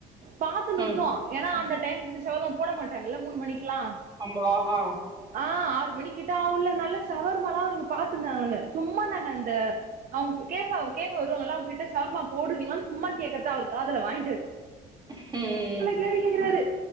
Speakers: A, on the right; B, on the right.
A: பாத்துன்னு
B: ம்
A: இருந்தோ ஏன்னா அந்த டைமுக்கு ஷவர்மா போட மாட்டாங்கல்ல மூணு மணிக்குல்லா
B: ஆமா அ
A: ஆ ஆறு மணிக்கிட்ட ஆவுல்ல நல்ல ஷவர்மால்லா அவளுங்க பாத்து இருந்தாலுங்க சும்மா நாங்க இந்த அவுங்க் கேப்பாவோ கேக்க வருவாங்கல்ல அவுங்கிட்ட சவர்மா போடுவீங்களா சும்மா கேக்கறதா அவரு காதுல வாங்கிடாரு
B: ம் ம் ம்
A: கேள்வி கேக்கிறாரு